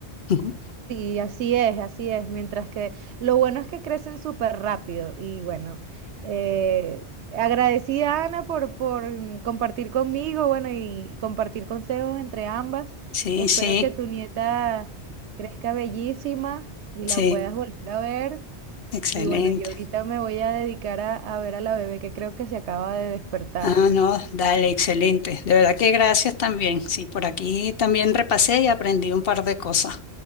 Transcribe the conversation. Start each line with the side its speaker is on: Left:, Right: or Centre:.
Left: <laughs> Ujú.
Right: Sí, así es, así es. Mientras que lo bueno es que crecen súper rápido. Y bueno, eh, agradecida Ana por, por mm, compartir conmigo, bueno, y compartir consejos entre ambas.
Left: Sí,
Right: Espero
Left: sí,
Right: que tu nieta crezca bellísima y
Left: sí,
Right: la puedas volver a ver.
Left: excelente.
Right: Y bueno, yo ahorita me voy a dedicar a, a ver a la bebé que creo que se acaba de despertar.
Left: Ah, no, dale, excelente. De verdad que gracias también. Sí, por aquí también repasé y aprendí un par de cosas.